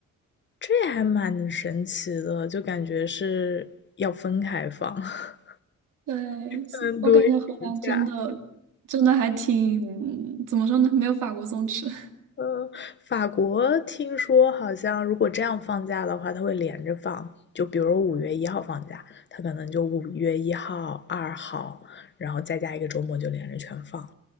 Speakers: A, on the left (about 35°); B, on the right (about 85°).
A: 这还蛮神奇的，就感觉是要分开放，<laughs>
B: 对，是我感觉荷兰真的真的还挺，
A: 才能多一个假。
B: 嗯怎么说呢？没有法国松弛。
A: 呃，法国听说好像如果这样放假的话，它会连着放，就比如五月一号放假，它可能就五月一号、二号，然后再加一个周末就连着全放，